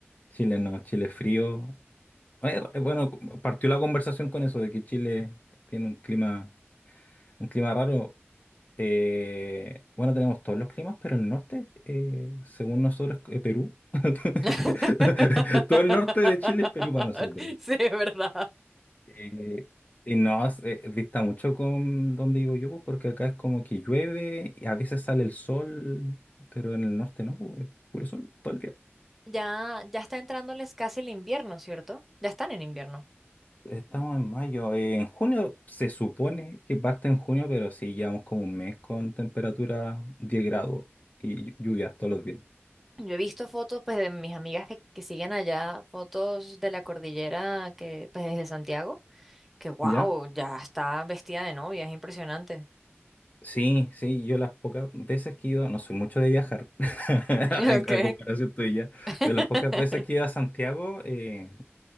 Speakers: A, on the left; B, in the centre.
A: Chile no, Chile es frío. Eh, eh, Bueno, partió la conversación con eso de que Chile tiene un clima, un clima raro. Eh, bueno, tenemos todos los climas, pero el norte, eh, según nosotros, es Perú. <laughs>
B: <laughs>
A: Todo el norte de Chile es Perú para nosotros.
B: Sí, es verdad.
A: Eh, y no, es- eh, dista mucho con donde vivo yo, pues, porque acá es como que llueve y a veces sale el sol, pero en el norte no, pues, es puro sol todo el día.
B: Ya, ya está entrándoles casi el invierno, ¿cierto? Ya están en invierno.
A: Estamos en mayo. eh, en junio se supone que parte en junio, pero sí llevamos como un mes con temperatura 10 grados y llu- lluvias todos los días.
B: Yo he visto fotos pues de mis amigas que, que siguen allá, fotos de la cordillera que pues desde Santiago, que wow,
A: ¿Ya?
B: ya está vestida de novia, es impresionante. <laughs>
A: Sí, sí, yo las pocas veces que he ido, no soy mucho de viajar, <laughs>
B: Ok.
A: en, a comparación tuya,
B: <laughs>
A: pero las pocas veces que he ido a Santiago, eh,